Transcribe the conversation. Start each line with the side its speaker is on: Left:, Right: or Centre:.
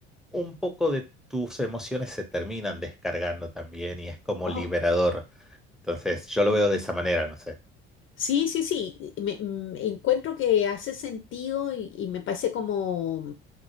Centre: un poco de tus emociones se terminan descargando también y es como
Left: oh,
Centre: liberador. Entonces, yo lo
Left: mm,
Centre: veo de esa manera, no sé. <laughs>
Left: Sí, sí, sí, me, mm, encuentro que hace sentido y, y me parece como,